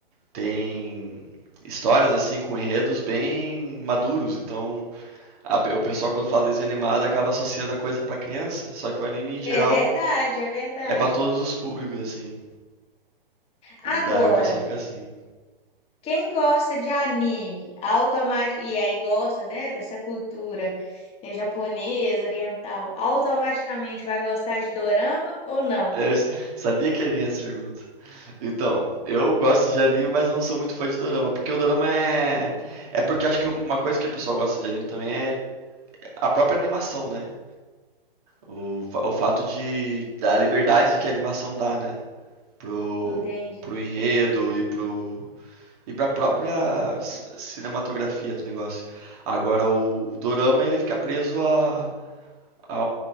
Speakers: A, on the right; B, on the left.
A: tem histórias assim com enredos bem maduros. Então, a o pessoal quando fala desenho animado acaba associando a coisa pra criança, só que o anime em geral
B: É verdade, é verdade.
A: é pra todos os públicos assim.
B: Agora,
A: E daí o pessoal fica assim.
B: Quem gosta de anime, automaticamente, e aí gosta, né, dessa cultura eh, japonesa, oriental, automaticamente vai gostar de dorama ou não?
A: Eu sabia que ia vir essa pergunta. Então, eu gosto de anime, mas eu não sou muito fã de dorama, porque o dorama é é porque acho que uma coisa que o pessoal gosta de anime também é a própria animação, né? O, fa- o fato de da liberdade que a animação dá, né? pro,
B: Entendi.
A: pro enredo e pro e para a própria c- cinematografia do negócio. Agora o dorama ele fica preso à a